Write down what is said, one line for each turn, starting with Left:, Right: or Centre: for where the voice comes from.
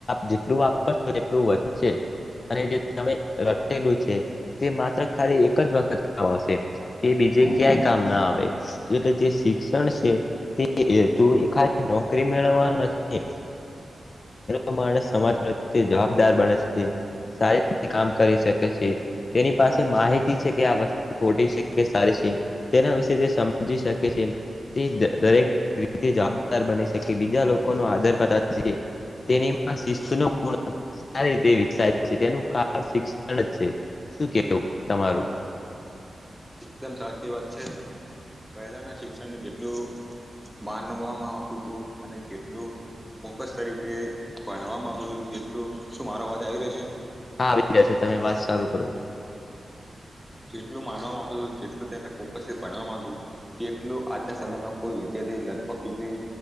Left: જેટલુંો એટલું વધશે અરે જે તમે રેલું છે તે માત્ર ખરે એક જ વખત કામ આવશે તે બીજે ક્યાય કામ ના આવે એટલે જે શિક્ષણ છે તેું એા નોકરી મેળવવાનું નથી ુ માણસ સમાજ પ્રતે જવાબદાર બને છે સારી કામ કરી શકે છે તેની પાસે માહિતી છે કે આ વસ્તુ ખોટી છે કે સારી છે એના વિશે તે સમજી શકે છે એ તે દરેક રીતે જવાબદાર બની શકે બીજા લોકો ન આધાર કરતા તેની શિસ્ુ ન ગુણ સારી રીતે વિકસાય છે તેનું આ શિક્ષણ જ છે શું કેવું તમારું
Centre: એકદમ સાચી વાત છે. પહેલાના શિક્ષણને જેટલું માનવામાં આવતું તું અને જેટલું ફોકસ તરીકે ભણવામાં આવતું તું જેટલું શું મારો અવાજ આવી રહ્યો છે?
Left: હા આવી ગયા છે. તમે વાત સાલુ કરો.
Centre: જેટલું માનવામાં આવતું તું જેટલું તેને ફોકસથી ભણવામાં આવતું તેટલું આજના સમયમાં કોઈ વિદ્યાર્થી લગભગ સુધી